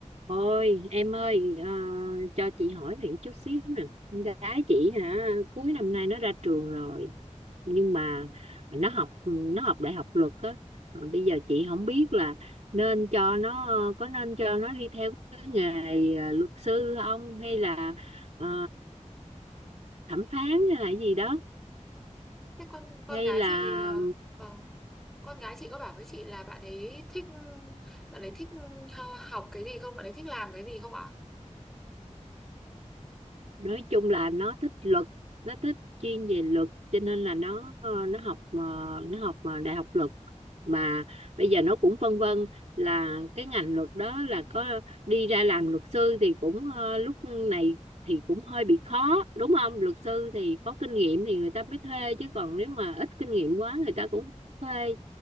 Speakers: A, on the right; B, in the centre.
A: Ôi em ơi ờ, cho chị hỏi này chút xíu nè con gái chị hả cuối năm nay nó ra trường rồi nhưng mà nó học nó học đại học luật á Rồi bây giờ chị không biết là nên cho nó có nên cho nó đi theo cái nghề ờ, luật sư không hay là ờ, thẩm phán hay là gì đó
B: Thế con con
A: hay
B: gái
A: là
B: chị ờ, vâng con gái chị có bảo với chị là bạn ấy thích bạn ấy thích ờ, học cái gì không bạn ấy thích làm cái gì không ạ
A: nói chung là nó thích luật nó thích chuyên về luật cho nên là nó ờ, nó học ờ, nó học ờ, đại học luật mà bây giờ nó cũng phân vân là cái ngành luật đó là có đi ra làm luật sư thì cũng ờ, lúc này thì cũng hơi bị khó đúng không luật sư thì có kinh nghiệm thì người ta mới thuê chứ còn nếu mà ít kinh nghiệm quá người ta cũng không thuê